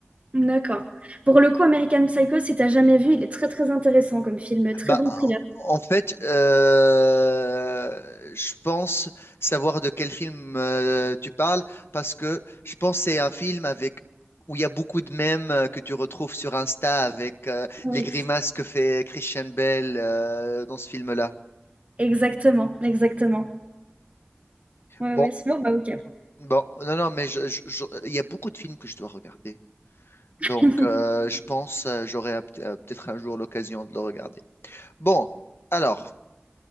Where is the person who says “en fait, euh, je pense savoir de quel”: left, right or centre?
Left